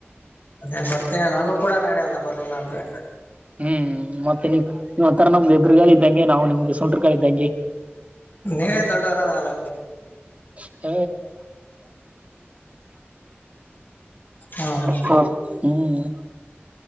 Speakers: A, on the left; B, on the right.
A: ಅದೇನ್ ಬರ್ತೇನ ನಂಗೂ ಕೂಡ ನಡೆಯ ಅಲ್ಲ ಬರ್ಲಿಲ್ಲ ಅಂದ್ರೆ
B: ಹ್ಮ್ ಮತ್ತೆ ನೀವ್ ನೀವ್ ಒಂಥರ ನಮಗೆ ಎದುರ್ಗಾಳಿ ಇದ್ದಂಗೆ ನಾವು ನಿಮ್ಗೆ ಸುಂಟ್ರ ಗಾಳಿದ್ದಂಗೆ.
A: ನೀವೇ ದೊಡ್ಡವರದಲ್ಲ
B: <inaudible>
A: ಹ್ಮ್
B: ಹ ಹ್ಮ್